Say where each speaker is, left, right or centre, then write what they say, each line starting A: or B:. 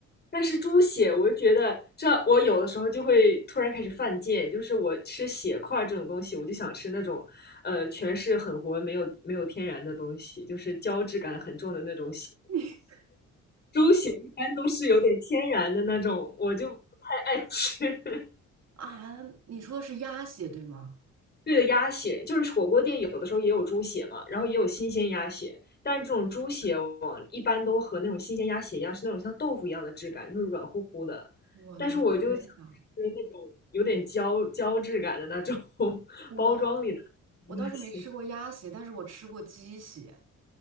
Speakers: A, on the left (about 35°); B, on the right (about 60°).
A: 但是猪血，我就觉得这我有的时候就会突然开始犯贱，就是我吃血块这种东西，我就想吃那种呃全是很活没有没有天然的东西，就是胶质感很重的那种血。
B: 你
A: 猪血一般都是有点天然的那种，我就不太爱吃。
B: 啊，你说的是鸭血对吗？
A: 对的，鸭血就是火锅店有的时候也有猪血嘛，然后也有新鲜鸭血，但是这种猪血往一般都和那种新鲜鸭血一样，是那种像豆腐一样的质感，就是软乎乎的。
B: 我的妈
A: 但是我就想吃那种有点胶胶质感的那种
B: 呀！
A: <laughs>
B: 我
A: 包装里的
B: 我倒是没吃过鸭血，
A: 鸭血
B: 但是我吃过鸡血。